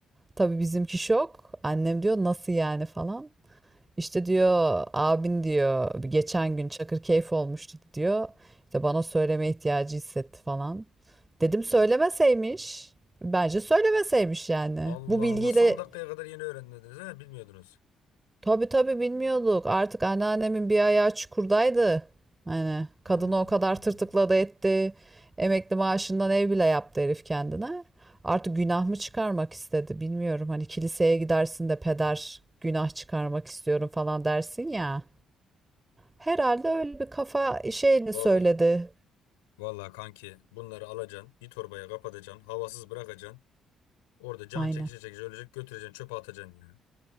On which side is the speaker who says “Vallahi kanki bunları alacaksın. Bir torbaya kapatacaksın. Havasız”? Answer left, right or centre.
Left